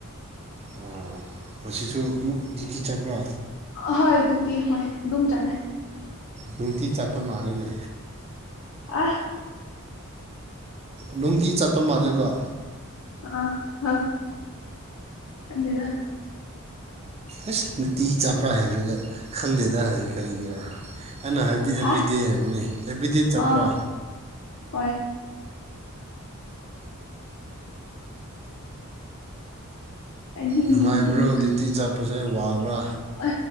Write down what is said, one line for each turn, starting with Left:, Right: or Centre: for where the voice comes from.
Right: ꯑꯣ ꯃꯁꯤꯁꯨ ꯑꯃꯨꯛ ꯖꯤꯇꯤ ꯆꯠꯄ꯭ꯔꯣ
Left: ꯍꯣꯏ ꯑꯗꯨꯗꯤ ꯍꯣꯏ ꯑꯗꯨꯝ ꯆꯠꯂꯦ
Right: ꯎꯨꯡꯇꯤ ꯆꯥꯇ ꯃꯥꯂꯅ
Left: ꯑ
Right: ꯅꯨꯡꯇꯤ ꯆꯠꯄ ꯃꯥꯜꯜꯂꯤꯕ
Left: ꯑꯥ ꯑ ꯀꯗ
Right: ꯑꯁ ꯅꯨꯡꯇꯤ ꯆꯥꯄ꯭ꯔꯥ ꯍꯥꯏꯔꯒ ꯈꯪꯗꯦꯗ ꯍꯥꯏꯔꯒ ꯀꯔꯤꯒꯤꯔꯥ ꯑꯩꯅ ꯍꯥꯏꯕꯗꯤ ꯑꯦꯕ꯭ꯔꯤꯗꯦ
Left: ꯍꯥ
Right: ꯍꯥꯏꯕꯅꯤ ꯑꯦꯕ꯭ꯔꯤꯗꯦ ꯆꯠꯄ꯭ꯔꯥ
Left: ꯑ ꯍꯣꯏ ꯑꯗꯤ
Right: ꯅꯨꯡꯉꯥꯏꯕ꯭ꯔꯣ
Left: ꯅꯗꯤꯟ
Right: ꯗ꯭ꯌꯨꯇꯤ ꯆꯠꯄꯁꯦ ꯋꯥꯕ꯭ꯔꯥ
Left: ꯑ